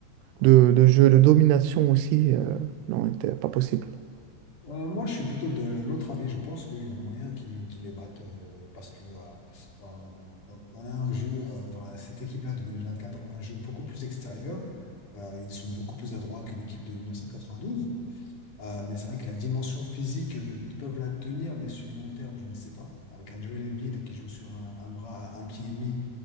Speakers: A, on the right; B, on the left.
A: de, de jeu, de domination aussi, euh, non, c'était pas possible.
B: Euh, moi, je suis plutôt de l'autre avis. Je pense qu'il y a moyen qu'ils qu'ils les battent euh, parce que euh, on, on- on a un jeu, euh, enfin, cette équipe-là de 2024 ont un jeu beaucoup plus extérieur. Euh, ils sont beaucoup plus adroits que l'équipe de 1992. Euh, mais c'est vrai que la dimension physique, euh, ils peuvent la tenir, mais sur le long terme, je ne sais pas. Avec un Joel Embiid qui joue sur un, un bras, un pied et demi,